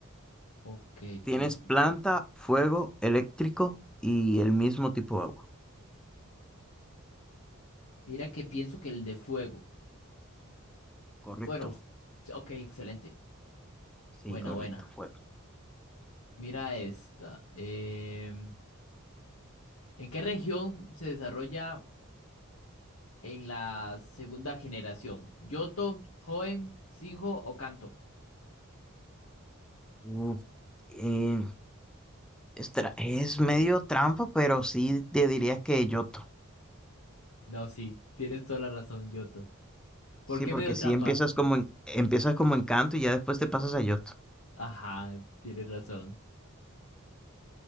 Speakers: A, on the left; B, in the centre.
A: Ok,
B: Tienes
A: con el
B: planta,
A: tipo.
B: fuego, eléctrico y el mismo tipo de agua.
A: Mira que pienso que el de fuego.
B: Correcto.
A: Bueno, f- ok, excelente.
B: Sí,
A: Buena,
B: correcto,
A: buena.
B: fuego.
A: Mira esta. em, ¿en qué región se desarrolla en la segunda generación? ¿Yoto, Hoenn, Sinjo o Kanto?
B: Uf, eh, es, tra- es medio trampa, pero sí te diría que Yoto.
A: No, sí, tienes toda la razón, Yoto. ¿Por
B: Sí,
A: qué
B: porque
A: me dio
B: sí
A: trampa?
B: empiezas como en- empiezas como Encanto y ya después te pasas a Yoto.
A: Ajá, tienes razón.